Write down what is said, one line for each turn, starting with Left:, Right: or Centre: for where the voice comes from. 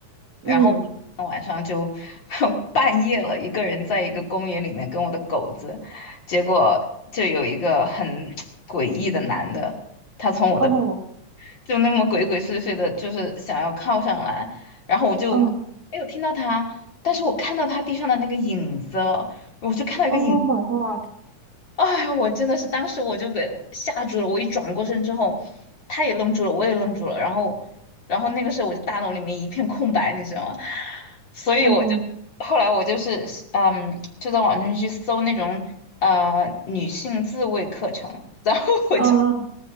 Right: 嗯，
Left: 然后晚上就 <laughs> 半夜了，一个人在一个公园里面跟我的狗子。结果就有一个很 <tsk> 诡异的男的，他从我的
Right: 哦，
Left: 就那么鬼鬼祟祟的，就是想要靠上来，然后我就没
Right: 哦，
Left: 有听到他，但是我看到他地上的那个影子，那个影。
Right: 哦，Oh，My God，
Left: 哎呀，我真的是当时我就给吓住了，我一转过身之后，他也愣住了，我也愣住了，然后，然后那个时候我就大脑里面一片空白，你知道吗？<laughs> 所以我就
Right: 哦，
Left: 后来我就是嗯，就在网上去搜那种呃女性自慰课程，然后我就
Right: 啊